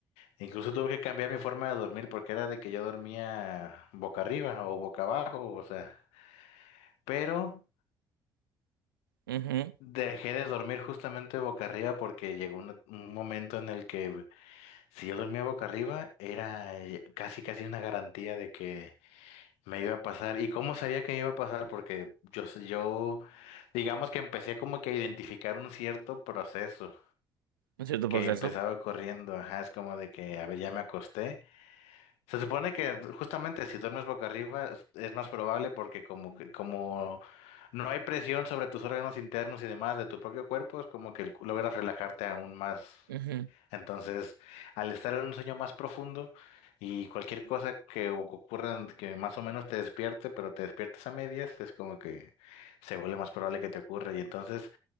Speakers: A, on the left; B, on the right.
A: incluso tuve que cambiar mi forma de dormir porque era de que yo dormía boca arriba o boca abajo, o sea, pero
B: ujú,
A: dejé de dormir justamente boca arriba porque llegó una- un momento en el que si yo dormía boca arriba era eh, casi casi una garantía de que me iba a pasar. ¿Y cómo sabía que me iba a pasar? Porque yo, yo digamos que empecé como que a identificar un cierto proceso.
B: un cierto
A: que
B: proceso.
A: empezaba corriendo, ajá, es como de que, a ver, ya me acosté. Se supone que justamente si duermes boca arriba es es más probable porque como que- como no hay presión sobre tus órganos internos y demás de tu propio cuerpo, es como que el cu- logras relajarte aún más.
B: Ujú,
A: Entonces, al estar en un sueño más profundo y cualquier cosa que o- ocurra que más o menos te despierte, pero te despiertes a medias, es como que se vuelve más probable que te ocurra. Y entonces,